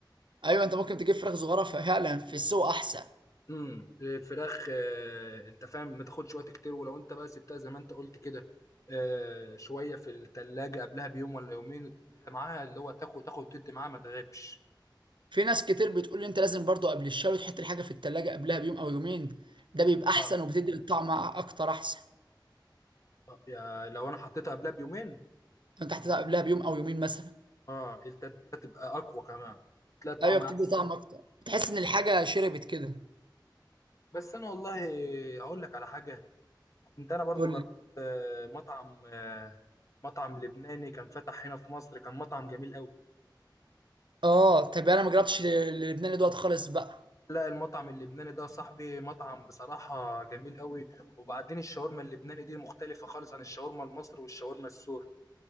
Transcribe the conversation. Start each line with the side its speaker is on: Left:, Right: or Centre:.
Right: ايوه انت ممكن تجيب فراخ صغيره فعلا في السوا احسن
Left: امم الفراخ آه، انت فاهم ما تاخدش وقت كتير ولو انت بقى سبتها زي ما انت قلت كده آه، شويه في التلاجة قبلها بيوم ولا يومين التتبيله معاها اللي هو تاخد تاخد وتدي معاها ما تغيبش
Right: في ناس كتير بتقول لي انت لازم برضو قبل الشوي تحط الحاجه في التلاجة قبلها بيوم او يومين ده بيبقى احسن
Left: اه
Right: وبتدي الطعم اكتر احسن
Left: آه، يا لو انا حطيتها قبلها بيومين
Right: انت هتحطها قبلها بيوم او يومين مثلا
Left: اه التتبيله تبقى اقوى كمان تلاقي الطعم
Right: ايوه بتدي
Left: احسن
Right: طعم اكتر بتحس ان الحاجه شربت كده
Left: بس انا والله اقول لك على حاجه كنت انا برضو
Right: قول
Left: جربت
Right: لي
Left: آه، مطعم آه، مطعم لبناني كان فتح هنا في مصر كان مطعم جميل قوي
Right: اه طب انا ما جربتش ال- اللبناني دوت خالص بقى
Left: لا المطعم اللبناني ده يا صاحبي مطعم بصراحة جميل قوي وبعدين الشاورما اللبناني دي مختلفة خالص عن الشاورما المصري والشاورما السوري